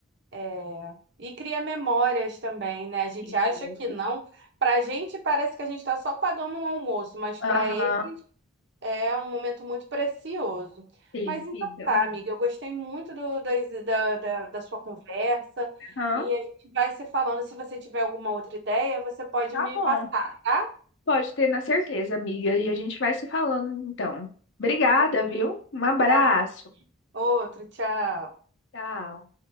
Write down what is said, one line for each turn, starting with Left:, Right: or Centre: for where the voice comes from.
Right: É. E cria memórias também, né? A gente
Left: Isso.
Right: acha que não. Pra gente parece que a gente tá só pagando um almoço, mas para
Left: Aham,
Right: ele É um momento muito precioso.
Left: Sim,
Right: Mas então
Left: fica.
Right: tá, amiga, eu gostei muito do, das- da, da, da sua conversa
Left: aham.
Right: e a gente vai se falando. Se você tiver alguma outra ideia, você pode
Left: Tá
Right: me
Left: bom.
Right: passar, tá?
Left: Pode ter na certeza, amiga. E a gente vai se falando, então. Obrigada,
Right: Então
Left: viu? Um abraço.
Right: tá bom. Outro, tchau.
Left: Tchau.